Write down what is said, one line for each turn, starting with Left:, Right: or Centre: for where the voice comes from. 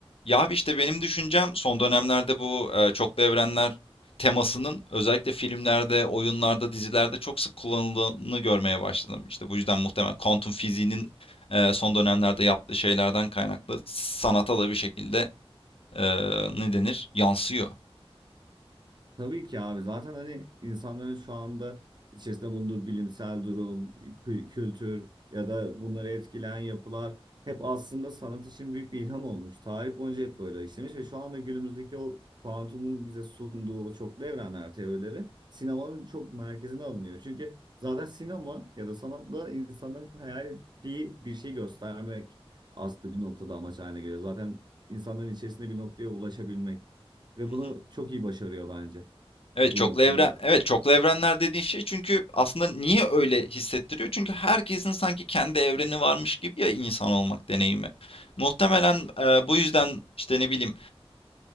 Left: Ya abi işte benim düşüncem son dönemlerde bu e, çoklu evrenler temasının özellikle filmlerde, oyunlarda, dizilerde çok sık kullanıldığını görmeye başladım. İşte bu yüzden muhtemelen kuantum fiziğinin e, son dönemlerde yaptığı şeylerden kaynaklı sanata da bir şekilde e, ne denir? Yansıyor.
Right: Tabii ki abi zaten hani insanların şu anda içerisinde bulunduğu bilimsel durum, kü- kültür ya da bunları etkileyen yapılar hep aslında sanat için büyük bir ilham olmuş. Tarih boyunca hep böyle işlemiş ve şu anda günümüzdeki o kuantumun bize sunduğu o çoklu evrenler teorileri sinemanın çok merkezine alınıyor. Çünkü zaten sinema ya da sanatla insanların hayal ettiği bir şey göstermek aslında bir noktada amaç haline geliyor. Zaten insanların içerisinde bir noktaya ulaşabilmek ve
Left: Hı hı.
Right: bunu çok iyi başarıyor bence
Left: Evet
Right: bu
Left: çoklu
Right: noktada.
Left: evren evet çoklu evrenler dediğin şey çünkü aslında niye öyle hissettiriyor? Çünkü herkesin sanki kendi evreni varmış gibi ya insan olmak deneyimi. Muhtemelen e, bu yüzden işte ne bileyim